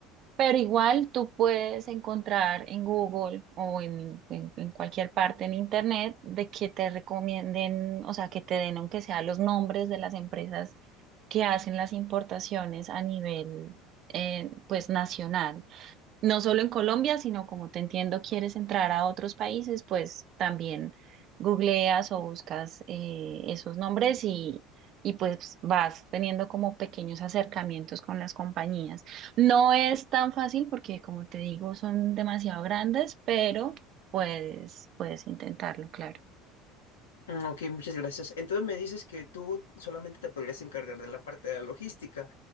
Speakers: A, on the right; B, on the left.
A: Pero igual tú puedes encontrar en Google o en, en- en cualquier parte en Internet de que te recomienden, o sea, que te den aunque sea los nombres de las empresas que hacen las importaciones a nivel, eh, pues, nacional no solo en Colombia, sino como te entiendo, quieres entrar a otros países, pues también googleas o buscas eh, esos nombres y, y pues vas teniendo como pequeños acercamientos con las compañías. No es tan fácil porque, como te digo, son demasiado grandes, pero puedes, puedes intentarlo, claro.
B: Mm, Ok, muchas gracias. Entonces me dices que tú solamente te podrías encargar de la parte de la logística.